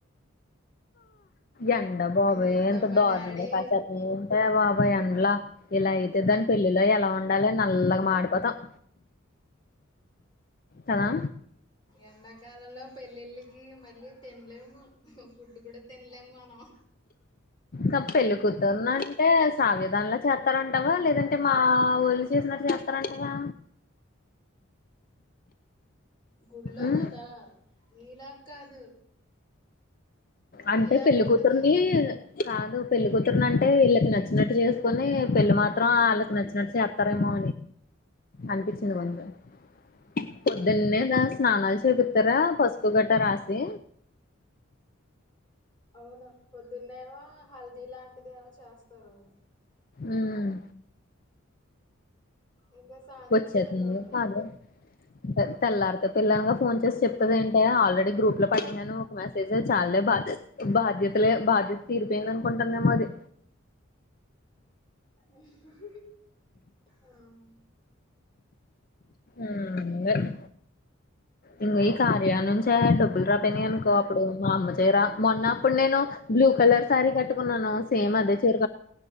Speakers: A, on the left; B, on the left.
A: ఎండా బాబు
B: ఇది ఇంకా
A: ఎంత
B: మా
A: దారుణంగా
B: డాడీ
A: కాశ ఎంత బాబ అబయ అండ్లా ఇలా అయితే దాని పెళ్లిిలో ఎలా ఉండాలి నల్లగా మాడిపోతాం కదా
B: ఎండాకాలంలో పెళ్ళిళ్ళకి మళ్ళీ తినలేము ఫుడ్ కూడా తినలేము మనం
A: కప్పెలు కుతున్నా అంటే సావి దానిలో చేస్తారంటావా లేదంటే మా ఒళ్ళు చేసినట్టు చేస్తారంటావా
B: గుళ్లో
A: ఉమ్
B: కదా నీలా కాదు మీలాగ
A: అంటే పెళ్లి
B: ఉండదే
A: కూతురిని కాదు పెళ్లి కూతురున అంటే వీళ్ళకి నచ్చినట్టు చేసుకొని పెళ్ళలి మాత్రం వాళ్ళకి నచ్చినట్టు చెప్తారేమో అనిపించింది <unintelligible> పొద్దున్నేద స్నానాలు చేపిత్తారా పసుపు గట్ట రాసి
B: అవునా పొద్దున్నే వో హల్దీ లాంటిదేవో చేస్తారు
A: ఉమ్
B: ఇంకా సాయంత్రం
A: వచ్చేతుంది
B: పెళ్ళి ఉంటది
A: <unintelligible> తెల్లారితే పిల్లనిగా ఫోన్ చేసి చెప్తాది ఏంటే ఆల్రెడీ గ్రూప్లో పడినను ఒక మెసేజ్ స చాల్లే బా బాధ్యతలే బాధ్యత తీరిపోయింది అనుకుంటుందేమో అది
B: ఉహుహు ఉమ్
A: ఉమ్ ఇంగ ఈ కార్య నుంచే డబ్బులు రాపోయినాయి అనుకో అప్పుడు మా అమ్మ చీర మొన్న అప్పుడు నేను బ్లూ కలర్ శారీ కట్టుకున్నాను సేమ్ అదే చీర